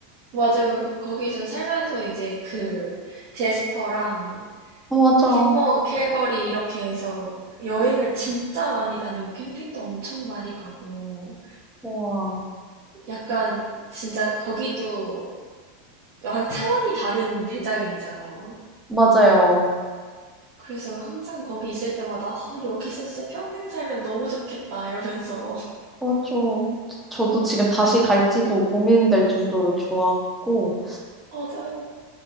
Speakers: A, on the right (about 55°); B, in the centre.
A: 맞아요. 그, 거기서 살면서 이제 그 제스퍼랑
B: 어, 맞아.
A: 캔모어, 캘거리 이렇게 해서 여행을 진짜 많이 다니고 캠핑도 엄청 많이 가고
B: 와,
A: 약간 진짜 거기도 완 차원이 다른 대자연이잖아요.
B: 맞아요.
A: 그래서 항상 거기 있을 때마다 어, 여기서 진짜 평생 살면 너무 좋겠다 이러면서
B: 맞아. 저- 저도 지금 다시 갈지도 고민될 정도로 좋았고,
A: <laughs> 맞아요.